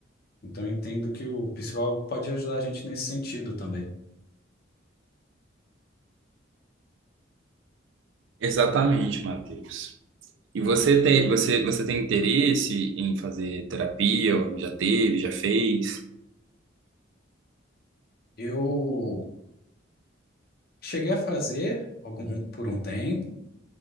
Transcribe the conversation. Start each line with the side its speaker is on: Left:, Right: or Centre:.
Left: Então, eu entendo que o psicólogo pode ajudar a gente nesse sentido também.
Right: Exatamente, Matheus. E você tem, você, você tem interesse em fazer terapia? Ou Já teve, já fez?
Left: Eu cheguei a fazer algum, por um tempo,